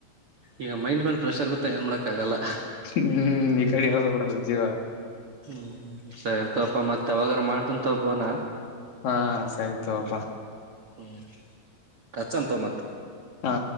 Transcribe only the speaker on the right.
ಈಗ ಮೈಂಡ್ ಮೇಲೆ ಫ್ರೆಶ್ ಆರ್ಗುತ್ತೆ ಏನ್ ಮಾಡೋಡ ಆಕ್ಕಾಗಲ್ಲ
ಹ್ಮ್ ಸರಿಗಪ್ಪ ಮತ್ತೆ ಯಾವಾಗ ಮಾಡ್ತೀನಿ ತಾಬೋನಾ
ಹ್ಮ್ ಕಚ್ಚಾಮ ತೋ ಮತ್ತ